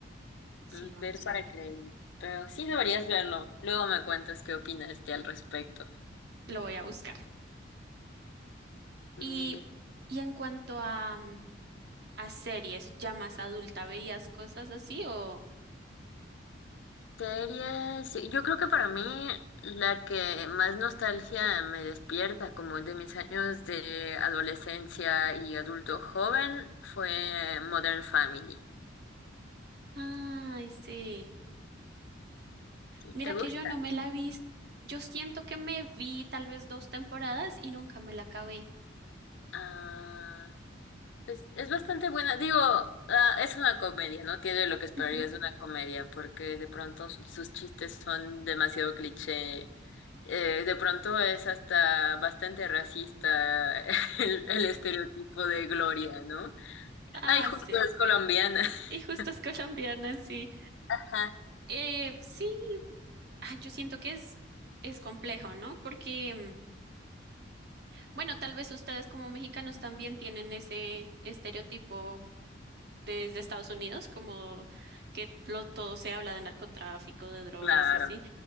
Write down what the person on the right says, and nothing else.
Sí,
vamos
a ver,
lo voy a buscar.
Y,
y en cuanto a, mm, a series ya más adulta, ¿veías cosas así o...?
Ay, sí.
Mira
que yo no me la vi. Yo siento que me vi tal vez dos temporadas y nunca me la acabé.
<laughs> Ujú.
Ah,
sí.
Y justo es <laughs> colombiana, sí.
Eh, sí, ah, yo siento que es, es complejo, ¿no? Porque, mm, bueno, tal vez ustedes como mexicanos también tienen ese estereotipo desde Estados Unidos, como que lo, todo se habla de narcotráfico, de drogas
y así.